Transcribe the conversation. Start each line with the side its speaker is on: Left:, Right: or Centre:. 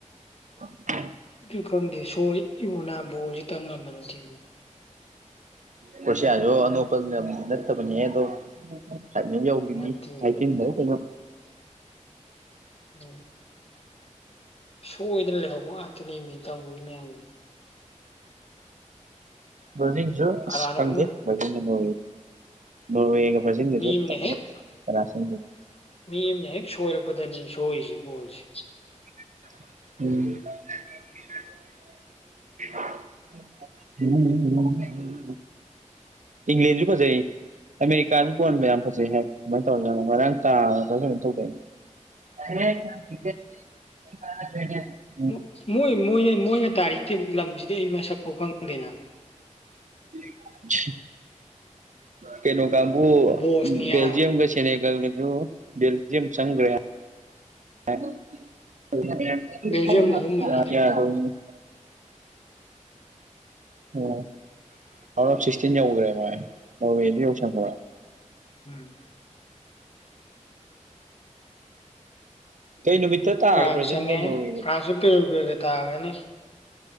Right: ꯑꯣ
Left: ꯑꯗꯨ ꯈꯪꯗꯦ ꯁꯣꯏ ꯏꯕꯣꯅꯥ ꯕꯣꯔꯁꯤ ꯇꯝ ꯉꯝꯕ ꯅꯠꯇꯦ
Right: ꯀ꯭ꯔꯣꯁꯤꯌꯥꯖꯨ ꯑꯅꯣꯞꯄ ꯂꯝꯗꯤ ꯅꯠꯇꯕꯅꯤꯍꯦ ꯑꯗꯣ ꯐꯥꯏꯅꯦꯜ ꯌꯧꯒꯤꯕꯅꯤ
Left: ꯅꯠꯇꯦꯅꯦ
Right: ꯑꯥꯏꯇꯤꯟꯗꯔ ꯀꯩꯅꯣ
Left: ꯑꯗꯨ ꯁꯣꯏꯗꯅ ꯂꯩꯍꯧꯕ ꯉꯥꯛꯇꯅꯦꯃꯤ ꯇꯧꯔꯤ ꯃꯌꯥꯝꯖꯦ
Right: ꯕ꯭ꯔꯥꯖꯤꯜꯖꯨ ꯑꯁ
Left: ꯀꯅꯥꯅꯣꯝꯅ
Right: ꯈꯪꯗꯦ ꯕ꯭ꯔꯥꯖꯤꯜꯅ ꯅꯣꯔꯋꯦ ꯅꯣꯔꯋꯦꯒ ꯕ꯭ꯔꯥꯖꯤꯜꯒꯖꯨ
Left: ꯃꯤ ꯑꯃꯅ
Right: ꯈꯝꯕ
Left: ꯍꯦꯛ
Right: ꯉꯝꯗꯦ ꯀꯅꯥ ꯆꯪꯗꯣꯏꯅꯣ
Left: ꯃꯤ ꯑꯃꯅ ꯍꯦꯛ ꯁꯣꯏꯔꯛꯄꯗꯅꯤ ꯁꯣꯏꯔꯤꯁꯤ ꯒꯣꯜꯁꯦ
Right: ꯎꯝ ꯎꯝ ꯏꯪꯪꯂꯦꯟꯖꯨ ꯐꯖꯩ ꯑꯃꯦꯔꯤꯀꯥꯖꯨ ꯕꯣꯜꯀ ꯌꯥꯝ ꯐꯖꯩ ꯍꯥꯏ ꯀꯃꯥꯏꯅ ꯇꯧꯔꯖꯥꯠꯅꯣ ꯉꯔꯥꯡ ꯇꯥꯕꯔ ꯀꯩꯅꯣꯝ ꯇꯧꯗꯥꯏꯅꯦ <unintelligible>
Left: ꯃꯣꯏ ꯃꯣꯏ ꯃꯣꯏꯅ ꯃꯣꯏꯅ ꯇꯥꯔꯤ ꯇꯤꯝ ꯂꯝꯁꯤꯗꯤ ꯑꯩ ꯃꯁꯛꯐꯥꯎ ꯈꯪꯗꯦꯅ
Right: <inaudible> ꯀꯩꯅꯩ ꯀꯥꯡꯕꯨ
Left: ꯕꯣꯁꯅꯤꯌꯥ
Right: ꯕꯦꯜꯖꯤꯌꯝꯒ ꯁꯦꯅꯦꯒꯜꯒꯖꯨ ꯕꯦꯜꯖꯤꯌꯝ ꯆꯪꯒ꯭ꯔꯦ <unintelligible>
Left: ꯕꯦꯜꯖꯤꯌꯝ ꯑꯍꯨꯝ ꯑꯅꯤꯗ
Right: ꯑꯣ ꯔꯥꯎꯟ ꯑꯣꯐ ꯁꯤꯛꯁꯇꯤꯟ ꯌꯧꯈ꯭ꯔꯦ ꯃꯥꯏ ꯅꯣꯔꯋꯦꯖꯨ ꯌꯧꯁꯤꯟꯒꯔꯦ
Left: ꯎꯝ
Right: ꯀꯩ ꯅꯨꯃꯤꯠꯇ ꯇꯥꯒꯦ
Left: ꯐ꯭ꯔꯥꯟꯁ
Right: ꯕ꯭ꯔꯥꯖꯤꯜꯒ
Left: ꯆꯪꯉꯦ
Right: ꯅꯣꯔꯋꯦꯒꯗꯣ
Left: ꯐ꯭ꯔꯥꯟꯀꯥ ꯄꯦꯔꯣꯒꯨꯔꯤꯒ ꯇꯥꯔꯒꯅꯤ